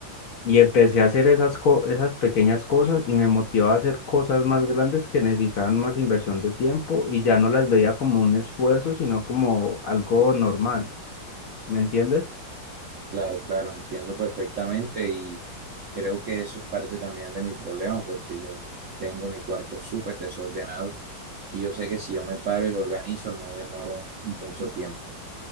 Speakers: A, on the left (about 65°); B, on the right (about 75°).
A: Y empecé a hacer esas, co- esas pequeñas cosas y me motivó a hacer cosas más grandes que necesitaban más inversión de tiempo y ya no las veía como un esfuerzo, sino como algo normal. ¿Me entiendes?
B: Claro, claro, entiendo perfectamente y creo que eso es parte también de mi problema porque yo tengo mi cuarto súper desordenado y yo sé que si yo me paro y lo organizo no demoro mucho tiempo.